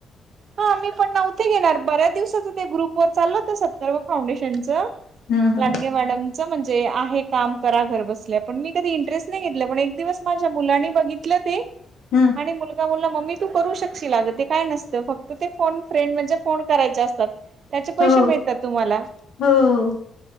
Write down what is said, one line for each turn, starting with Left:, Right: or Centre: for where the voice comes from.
Right: हा मी पण ना उथे घेणार बऱ्याच दिवसाच ते ग्रुप वर चालल होत सत्कार फाउंडेशनच
Left: ह ह
Right: लांडगे मॅडम. च म्हणजे आहे काम करा घर बसल्या पण मी कधी इंटरेस्ट नाही घेतलं पण एक दिवस माझ्या मुलांनी बघितलं ते
Left: ह
Right: आणि मुल मला म्हंटला मम्मी तू करू शकशील अग ते काय नसतं फक्त ते फोन फ्रेंड म्हणजे फोन करायचे असतात त्याचे पैसे
Left: हो
Right: मिळतात तुम्हाला
Left: हो हो